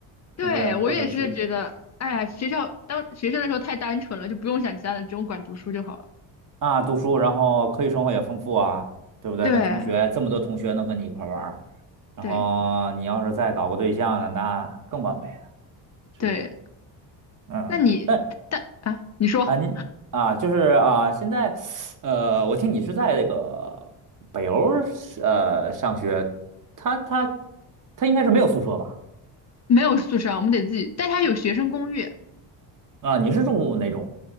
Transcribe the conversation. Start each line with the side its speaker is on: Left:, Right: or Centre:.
Left: 对，
Right: 是不是？
Left: 我也是觉得，
Right: 或者是
Left: 哎呀，学校当学生的时候太单纯了，就不用想其他的，只用管读书就好了。
Right: 啊读书，然后课余生活也丰富啊，对不对？
Left: 对，
Right: 跟同学这么多同学能跟你一块儿玩儿然后你要是再搞个对象了，
Left: 对，
Right: 那更完美了，是不是？
Left: 对。
Right: 嗯。
Left: 那你但啊，
Right: 但
Left: 你说
Right: 啊，您啊，就是啊，现在，呃，我听你是在这个北欧儿呃上学，他他他应该是没有宿舍吧？
Left: 没有宿舍啊我们得自己，但它有学生公寓。
Right: 啊，你是住哪种？